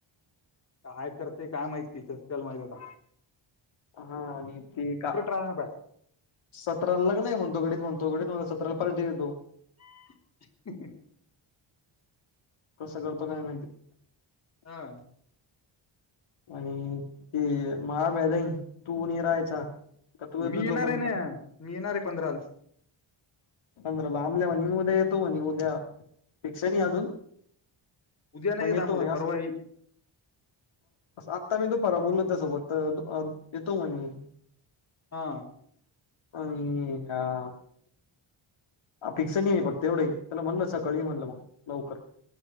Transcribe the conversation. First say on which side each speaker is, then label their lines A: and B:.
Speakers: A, on the left; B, on the left.
A: काय करते काय माहीती त्याच त्याला माहित आता
B: हा आणि ते का
A: राहणार बा
B: सतरा लग्न म्हणतो घडीत म्हणतो सतराला पार्टी देतो
A: <unintelligible>
B: कसं करतो काय माहित
A: हा
B: आणि ते महाबे जाईन तू राहायचा का तू येतो
A: मी येणार
B: जोपर्यंत
A: आहे ना मी येणार आहे पंधराला
B: पंधराला आमल्या म्हणी उद्या येतो म्हणी उद्या फिक्स नाही अजून
A: उद्या नाही
B: पण
A: येत
B: येतो
A: आम उद्या
B: म्हणी अस
A: परवा येईल
B: आता मी दुपारा बोललो सोबत तर येतो म्हणे.
A: हा
B: अ ह <unintelligible> हा फिक्स नाही नाही फक्त तेवढं त्याला म्हणलं सकाळी म्हणलं मग लवकर.